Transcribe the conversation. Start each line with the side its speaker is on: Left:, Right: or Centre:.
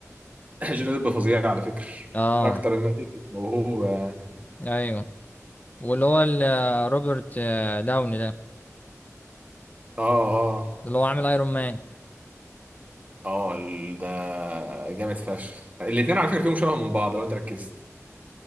Right: <laughs> جوني ديب فظيع على فكره
Left: اه
Right: من اكتر الناس الموهوبه اه
Left: ايوه واللي هو ال- روبرت آه، داوني ده
Right: اه
Left: اللي هو عامل ايرون مان
Right: اه ال- ده جامد فشخ الاتنين على فكره فيهم شبه من بعض لو انت ركزت